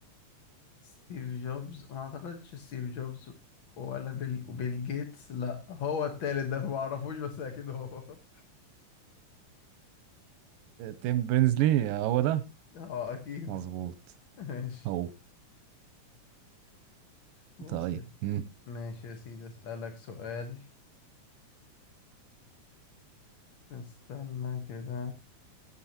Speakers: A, on the left (about 55°); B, on the right (about 85°).
A: ستيف جوبز ما اعتقدش ستيف جوبز ولا بيل وبيل جيتس لا هو التالت ده أنا ما اعرفوش بس اكيد هو
B: تيم بيرنزلي هو ده
A: اه اكيد
B: مظبوط
A: <laughs> ماشي
B: هو
A: بص
B: طيب مم.
A: ماشي يا سيدي اسالك سؤال استنى كده